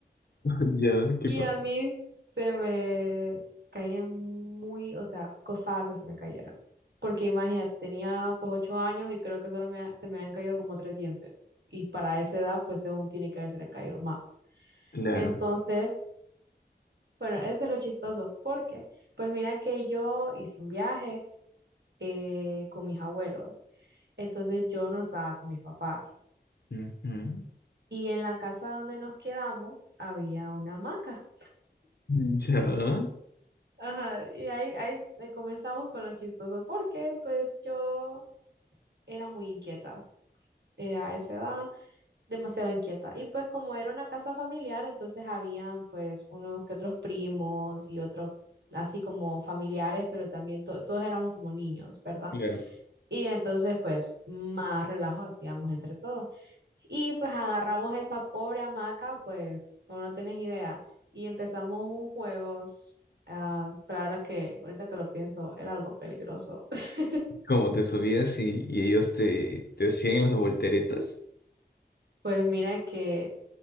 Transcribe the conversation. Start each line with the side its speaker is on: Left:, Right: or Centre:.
Left: <laughs> Ya, ¿qué
Right: Y
Left: pasó?
Right: a mí se me caían muy, o sea, costaba que se me cayeran. Porque imagínate, tenía pues ocho años y creo que solo me, ha- se me han caído como tres dientes. Y para esa edad, pues aún tiene que haberse caído más.
Left: Claro.
Right: Entonces, bueno, eso es lo chistoso. Porque, pues mira que yo hice un viaje eh, con mis abuelos. Entonces yo no estaba con mis papás.
Left: Ujú.
Right: Y en la casa donde nos quedamos había una hamaca.
Left: <laughs> Ya.
Right: Ajá, y ahí, ahí, ahí comenzamos con lo chistoso, porque pues yo era muy inquieta eh, a esa edad, demasiado inquieta. Y pues como era una casa familiar, entonces habían pues unos que otros primos y otros así como familiares, pero también to- todos éramos como niños, ¿verdad?
Left: Claro.
Right: Y entonces pues más relajo hacíamos entre todos. Y pues agarramos esa pobre hamaca, pues, como no tienes idea, y empezamos un juego, s- ah, pero ahora que, ahorita que lo pienso, era algo peligroso. <laughs>
Left: como te subías y, y ellos te, te hacían las volteretas?
Right: Pues mira que